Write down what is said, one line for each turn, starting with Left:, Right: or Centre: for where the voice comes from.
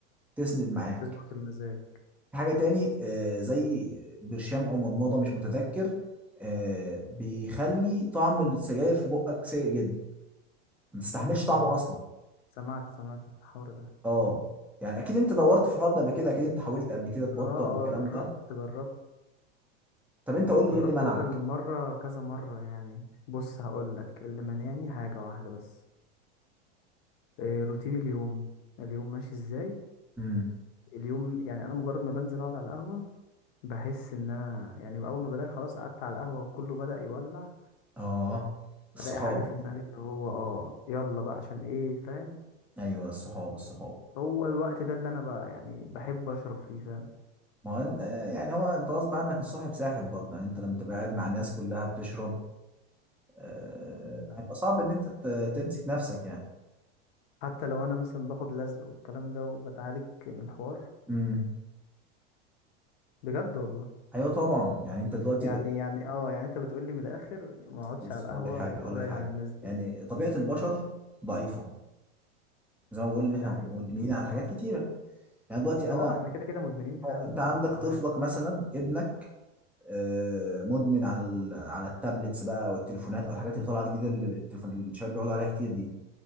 Centre: تسند معاك
Left: تظبط المزاج
Centre: في حاجة تاني آه، زي برشام أو مضمضة مش متذكر آه، بيخلي طعم السجاير في بقك سيء جدا ما تستحملش طعمه
Left: اه
Centre: أصلا
Left: سمعت سمعت الحوار ده
Centre: اه يعني أكيد أنت دورت في الحوار ده قبل كده أكيد أنت حاولت قبل كده تبطل
Left: اه
Centre: والكلام
Left: اه جربت
Centre: ده
Left: جربت
Centre: طب أنت قول لي
Left: جربت
Centre: إيه اللي منعك؟
Left: بدل المرة كذا مرة يعني بص هقولك اللي مانعني حاجة واحدة بس إيه روتين اليوم اليوم ماشي ازاي
Centre: امم
Left: اليوم يعني انا مجرد ما بنزل اقعد على القهوة بحس ان انا يعني اول ما بلاقي خلاص قعدت على القهوة وكله بدأ يولع
Centre: اه الصحاب
Left: بلاقي حاجة في دماغي اللي هو اه يلا بقى عشان ايه فاهم
Centre: أيوه الصحاب الصحاب
Left: هو الوقت ده اللي انا بقى يعني بحب اشرب فيه فاهم
Centre: ما هو إن- آه، يعني هو أنت غصب عنك الصاحب ساحب برضه يعني أنت لما تبقى قاعد مع ناس كلها بتشرب آه، هيبقى صعب إن أنت ت- تمسك نفسك يعني
Left: حتى لو انا مثلا باخد لزق والكلام ده وبتعالج من الحوار
Centre: امم
Left: بجد والله
Centre: ايوه طبعا يعني انت دلوقتي
Left: يعني يعني اه يعني انت بتقولي من الاخر ما اقعدش
Centre: بص
Left: على
Centre: اقول
Left: القهوة
Centre: لك حاجه
Left: وابعد
Centre: اقول لك حاجه
Left: عن الناس دي
Centre: يعني طبيعه البشر ضعيفه زي ما بقول ان احنا
Left: ده حقيقي
Centre: مدمنين على حاجات كتيره يعني دلوقتي
Left: اه
Centre: انا
Left: احنا كده كده مدمنين فعلا
Centre: اه انت عندك طفلك
Left: على حاجات
Centre: مثلا
Left: كتير.
Centre: ابنك آه، مدمن على ال... على التابلتس بقى والتليفونات او الحاجات اللي طالعه جديده اللي التليفون الشباب بيقعدوا عليها كتير دي